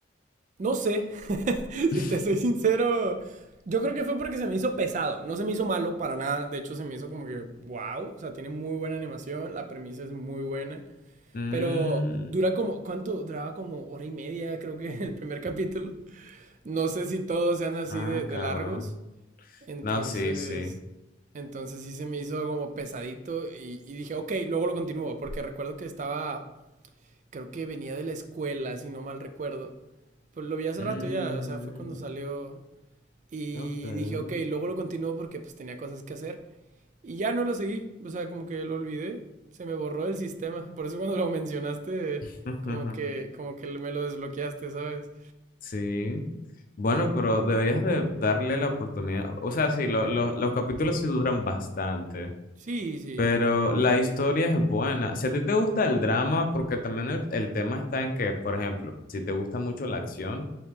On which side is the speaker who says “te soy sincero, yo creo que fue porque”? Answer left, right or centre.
Right